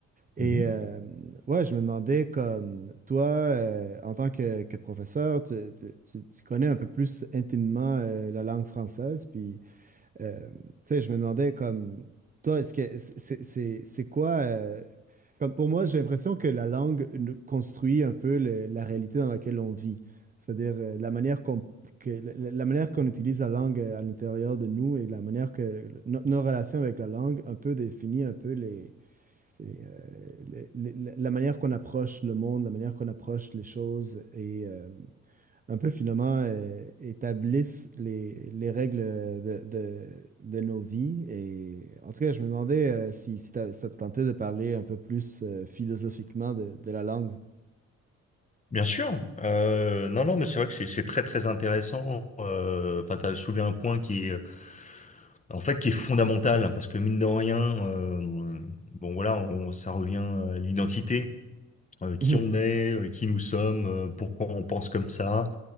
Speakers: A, on the right; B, on the left.
A: Et
B: Mhm.
A: euh, ouais, je me demandais comme toi, euh, en tant que, que professeur, tu, tu- tu- tu connais un peu plus intimement euh, la langue française, puis euh, tu sais, je me demandais comme toi, est-ce que c'est c'est- c'est quoi euh, comme pour moi, j'ai l'impression que la langue nous construit un peu le- la réalité dans laquelle on vit. C'est-à-dire euh, la manière qu'on que la, la- manière qu'on utilise la langue euh, à l'intérieur de nous et la manière que le- no- nos relations avec la langue un peu définit un peu les, les, euh, les- les- la manière qu'on approche le monde, la manière qu'on approche les choses et euh, un peu finalement euh, établissent les, les règles de, de- de nos vies. Et en tout cas, je me demandais euh, si, si t'as- ça te tentait de parler un peu plus euh, philosophiquement de, de la langue.
B: Bien sûr. Euh, non, non, mais c'est vrai que c'est c'est très très intéressant. Euh, Enfin, t'as soulevé un point qui est en fait qui est fondamental parce que mine de rien, euh, bon voilà, on, ça revient à l'identité, euh, qui
A: Mhm.
B: on est, euh, qui nous sommes, euh, pourquoi on pense comme ça,